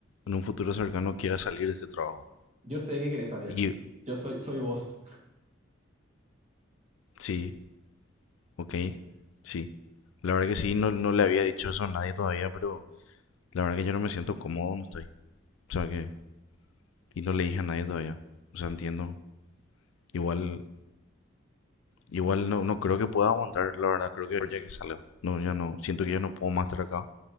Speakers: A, on the left; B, on the right.
A: en un futuro cercano quiera salir de este trabajo.
B: Yo sé que querés salir.
A: Y
B: Yo soy, soy vos.
A: sí, ok, sí. La verdad que sí, no, no le había dicho eso a nadie todavía, pero la verdad que yo no me siento cómodo donde estoy. O sea que, y no le dije a nadie todavía. O sea, entiendo. Igual Igual no, no creo que pueda aguantar, la verdad, creo que ya que salga. No, ya no, siento que ya no puedo más estar acá